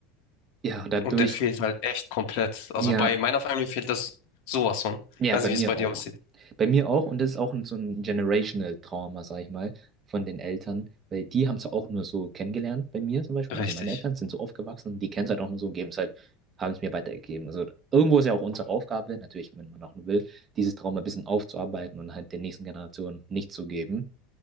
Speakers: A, on the right; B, on the left.
A: Ja, und dadurch,
B: Und der fehlt halt echt komplett. Also
A: ja.
B: bei meiner Familie fehlt das sowas von.
A: Ja,
B: Ich weiß
A: bei
B: nicht, wie
A: mir
B: es bei dir
A: auch.
B: aussieht.
A: Bei mir auch, und das ist auch ein- so ein generational Trauma, sag ich mal, von den Eltern, weil die haben es auch nur so kennengelernt bei mir zum Beispiel.
B: Richtig,
A: Also meine Eltern sind so aufgewachsen, und die kennen es halt auch nur so und geben es halt, haben es mir weitergegeben. Also irgendwo ist ja auch unsere Aufgabe, natürlich, wenn man auch will, dieses Trauma ein bisschen aufzuarbeiten und halt den nächsten Generationen nicht zu geben.